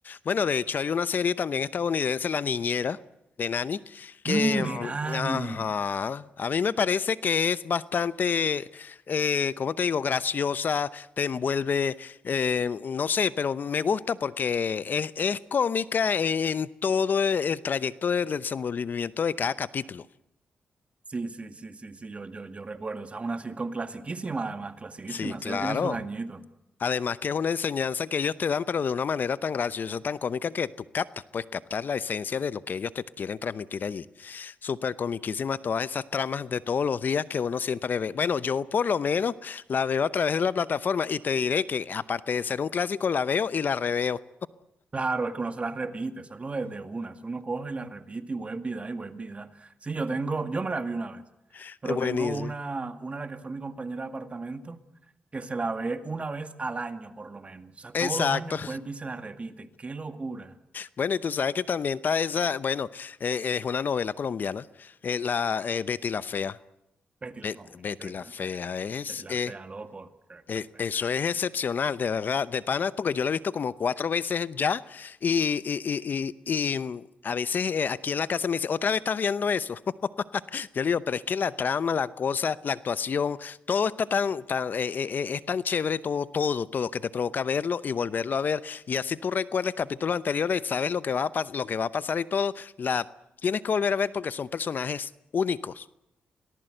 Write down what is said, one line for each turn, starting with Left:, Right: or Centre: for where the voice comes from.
Left: Bueno, de hecho hay una serie también estadounidense, La Niñera de Nanny, que
Right: Mm, de Nani.
Left: mm, ajá, a mí me parece que es bastante, eh, ¿cómo te digo? Graciosa, te envuelve eh, no sé, pero me gusta porque es, es cómica en, en todo el, el trayecto del desenvolvimiento de cada capítulo.
Right: Sí, sí, sí, sí, sí, yo, yo, yo recuerdo. Esa es una sitcom clasiquísima, además, clasiquísima.
Left: Sí, claro.
Right: Esa ya tiene sus añitos.
Left: Además que es una enseñanza que ellos te dan, pero de una manera tan graciosa, tan cómica que tú captas, pues captar la esencia de lo que ellos te quieren transmitir allí. Súper comiquísimas todas esas tramas de todos los días que uno siempre ve. Bueno, yo por lo menos la veo a través de la plataforma y te diré que aparte de ser un clásico, la veo y la reveo.
Right: Claro, es que uno se las repite, eso es lo de, de una, eso uno coge y las repite y web vida y web vida. Sí, yo tengo, yo me la vi una vez,
Left: <laughs>
Right: pero
Left: Es buenísimo.
Right: tengo una, una la que fue mi compañera de apartamento, que se la ve una vez al año por lo menos. O sea, todos
Left: Exacto.
Right: los años vuelve y se la repite. ¡Qué locura!
Left: Bueno, y tú sabes que también está esa, bueno, eh, es una novela colombiana, eh, la eh, Betty la Fea.
Right: Betty
Left: Be-
Right: la, no, María,
Left: Betty
Right: que Betty
Left: la
Right: la
Left: Fea
Right: fea.
Left: es,
Right: Betty la
Left: eh,
Right: fea, loco, que Betty
Left: eh,
Right: la fea.
Left: Eso es excepcional, de verdad, de panas, porque yo lo he visto como cuatro veces ya y, y- y- y- y, mm, a veces eh, aquí en la casa me dice, otra vez estás viendo eso. <laughs> Yo le digo, pero es que la trama, la cosa, la actuación, todo está tan, tan eh, eh, eh, es tan chévere, todo, todo, todo, que te provoca verlo y volverlo a ver. Y así tú recuerdes capítulos anteriores y sabes lo que va a pas- lo que va a pasar y todo, la tienes que volver a ver porque son personajes únicos. <laughs>